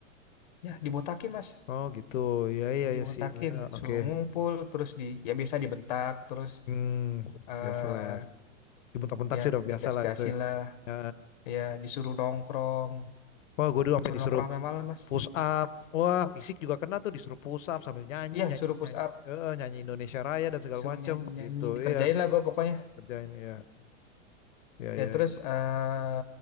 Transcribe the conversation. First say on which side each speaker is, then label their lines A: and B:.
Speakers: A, on the left (about 35°); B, on the left (about 70°).
A: <laughs> ya dibotakin mas
B: oh gitu iya iya
A: dibotakin
B: iya sih Nah, oke
A: suruh ngumpul terus di ya biasa dibentak terus
B: Hmm,
A: eh
B: biasa lah ya. dibentak-bentak
A: ya
B: sih udah biasa
A: digas-gasin
B: lah itu
A: lah
B: ya.
A: ya disuruh nongkrong
B: wah gue dulu sampai
A: suruh
B: disuruh
A: nongkrong sampai malam mas
B: push up wah fisik juga kena tuh disuruh push up sambil nyanyi
A: iya
B: nyanyi
A: suruh push
B: nyanyi
A: up
B: eh, nyanyi Indonesia Raya dan segala
A: suruh
B: macem
A: nyanyi-nyanyi
B: gitu
A: dikerjain
B: iya
A: lah gue pokoknya
B: kerjain iya iya
A: Ya
B: iya
A: terus
B: iya.
A: eh